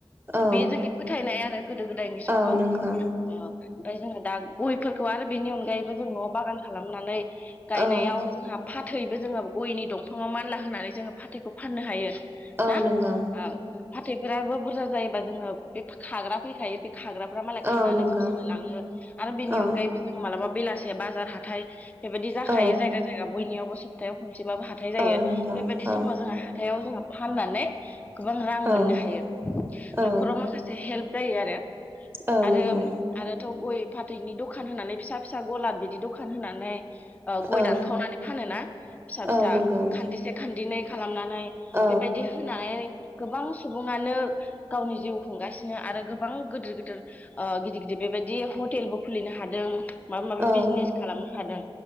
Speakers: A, on the right (about 20°); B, on the left (about 15°).
A: औ
B: बे जोंनि फोथायनाया गोदो गोदायनि समाव
A: औ नंगौ
B: अ ओमफ्राय जोङो दा गयफोरखौ आरो बेनि अनगायैबो जों नआव बागान खालामनानै गायनायाव
A: औ
B: जोंहा फाथैबो जोङो गयनि दंफाङाव मानला होनानै जोङो फाथैखौ फाननो हायो
A: औ
B: ना
A: नंगौ
B: औ फाथैफोराबो बुरजा जायोबा जोंङो बे खाग्रा फोर थायो बे खाग्राफ्रा मालाय खानानै
A: औ नंगौ
B: बासि लांङो आरो बेनि
A: औ
B: अनगायैबो जोङो मालाबा बेलासिम बाजार हाथाय बेबायदि जाखायो
A: औ
B: जायगा जायगा बयनियावबो स्थायाव खन सेबाबो हाथाय जायो
A: औ नंगौ
B: बेबायदि समाव
A: औ
B: जोंहा हाथायाव जोङो फाननानै गोबां रां
A: औ
B: मोननो हायो
A: औ
B: नखराव माखासे हेल्प जायो आरो
A: औ
B: आरो
A: नंगौ
B: आरोथ गय फाथैनि दखान होनानै फिसा फिसा गलाद बिदि दखान होनानै ओ गय
A: औ
B: दानखावनानै फानोना फिसा फिसा
A: औ नंगौ
B: खान्दिसे खान्दिनै हनानै
A: औ
B: बेबायदि होनानै। गोबां सुबुङानो। गावनि जिउ खुंगासिनो आरो गोबां गोदोर गोदोर ओ गिदिर गिदिर बेबायदि हटेलबो खुलिनो हादों। माबा माबि
A: औ
B: बिजनेस खालामनो हादों।